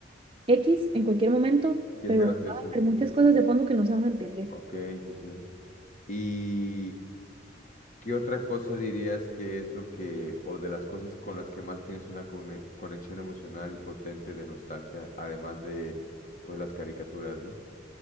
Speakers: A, on the right (about 30°); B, on the left (about 40°).
A: X en cualquier momento,
B: Y
A: pero
B: es gracioso,
A: va a haber
B: sí,
A: muchas
B: sí.
A: cosas de fondo que no se van a entender.
B: Ok, sí, sí. Y ¿Qué otra cosa dirías que es lo que, o de las cosas con las que más tienes una cone- conexión emocional y potente de nostalgia, además de, pues, las caricaturas, ¿no?